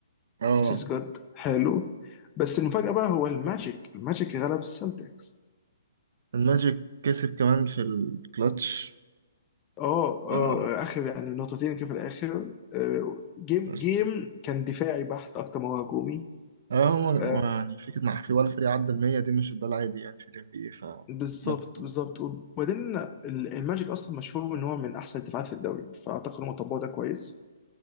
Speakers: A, on the right; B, on the left.
A: اه
B: which is good حلو بس المفاجاه بقى هو الماجيك الماجيك غلب السلتكس
A: الماجيك كسب كمان في الكلاتش
B: اه اه
A: آه
B: اخر يعني نقطتين كده في الاخر آه، جيم
A: بس
B: جيم كان دفاعي بحت اكتر ما هو هجومي
A: اه هو هو
B: آه،
A: يعني فكرة مع في ولا فريق عدى المية دي مش ده العادي يعني في ال NBA ف
B: بالظبط
A: ماتش حلو.
B: بالظبط وبعدين ال- الماجيك اصلا مشهور ان هو من احسن الدفاعات في الدوري فاعتقد هم طبقوا ده كويس